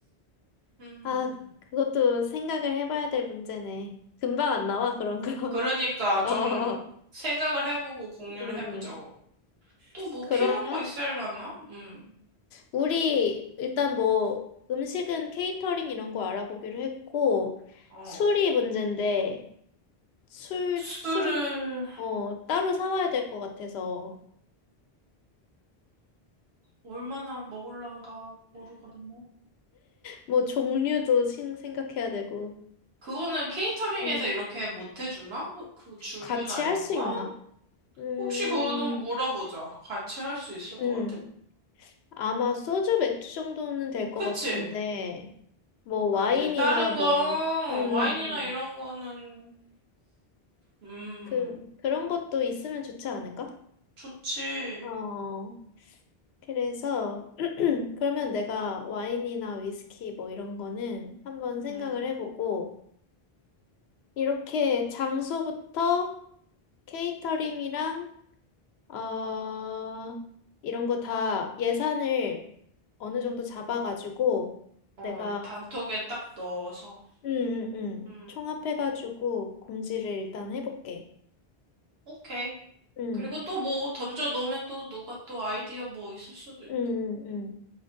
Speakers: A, on the right; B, on the left.
A: 음,
B: 아, 그것도 생각을 해봐야 될 문제네. 금방 안 나와, 그런 거.
A: 그러니까
B: <laughs> 어,
A: 좀 생각을 해보고 공유를
B: 음.
A: 해보자고. 또 뭐
B: 그러면,
A: 필요한 거있야하나 음,
B: 우리, 일단 뭐, 음식은 케이터링 이런 거 알아보기로 했고,
A: 어.
B: 술이 문제인데, 술,
A: 술을
B: 술은, 어, 따로 사와야 될 것 같아서,
A: 얼마나 먹을란가 모르겠네.
B: 뭐, 종류도 생- 생각해야 되고,
A: 그거는 케이터링에서
B: 음.
A: 이렇게 못 해주나? 그 주류나
B: 같이 할
A: 이런
B: 수
A: 건?
B: 있나? 음,
A: 혹시 그거는 물어보자. 같이 할 수 있을 것
B: 음.
A: 같아.
B: 아마 소주 맥주 정도는 될 것
A: 그치?
B: 같은데, 뭐 와인이나
A: 아, 이제 다른
B: 뭐,
A: 건
B: 음, 음,
A: 와인이나
B: 음.
A: 이런 거는, 음,
B: 그, 그런 것도 있으면 좋지 않을까?
A: 좋지.
B: 어, 그래서, <clears throat> 그러면 내가 와인이나 위스키 뭐 이런 거는 한번 생각을
A: 음,
B: 해보고, 이렇게 장소부터 케이터링이랑, 어, 이런 거 다 예산을 어느 정도 잡아가지고,
A: 어,
B: 내가
A: 단톡에 딱 넣어서.
B: 응, 응, 응.
A: 음,
B: 총합해가지고 공지를 일단 해볼게.
A: 오케이.
B: 응,
A: 그리고 또 뭐 던져 놓으면 또 누가 또 아이디어 뭐 있을 수도 있고.
B: 응, 응, 응.